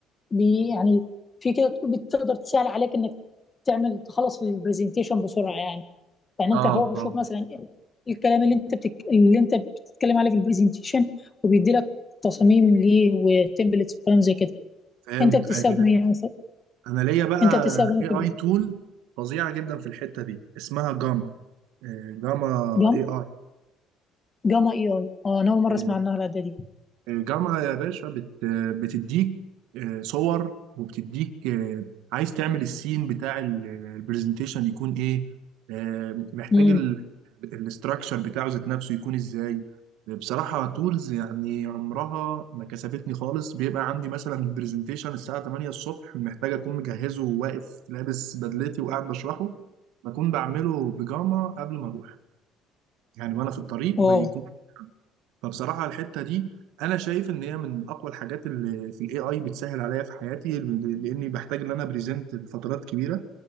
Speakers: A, on the left (about 20°); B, on the right (about 90°).
A: بي يعني في كده تقول- بتقدر تسهل عليك انك تعمل تخلص البرزنتيشن بسرعه يعني يعني انت
B: اه
A: هو بيشوف
B: اه
A: مثلا الكلام اللي انت بتك... اللي انت بتتكلم عليه في البرزنتيشن وبيدي لك تصاميم ليه وتمبلتس وكلام زي كده
B: فهمت
A: انت بتستخدم
B: آه،
A: ايه مثلا
B: انا ليا بقى
A: انت بتستخدم ايه
B: اي اي
A: في البرزنتيشن
B: تول فظيعه جدا في الحته دي اسمها جاما آه، جاما
A: جام
B: اي
A: جاما اي اي اه انا اول مره
B: اي
A: اسمع عنها الاداه دي
B: الجامعة يا باشا بت بتديك آه، صور وبتديك آه، عايز تعمل السين بتاع البرزنتيشن يكون ايه آه، محتاج
A: امم
B: الاستراكشر بتاعه ذات نفسه يكون ازاي بصراحة تولز يعني عمرها ما كسفتني خالص بيبقى عندي مثلا برزنتيشن الساعة 8 الصبح محتاج أكون مجهزه وواقف لابس بدلتي وقاعد بشرحه بكون بعمله بيجاما قبل ما أروح يعني وأنا في الطريق
A: واو
B: بيكون فبصراحة الحتة دي أنا شايف إن هي من أقوى الحاجات اللي في ال AI بتسهل عليا في حياتي لأني بحتاج إن أنا بريزنت لفترات كبيرة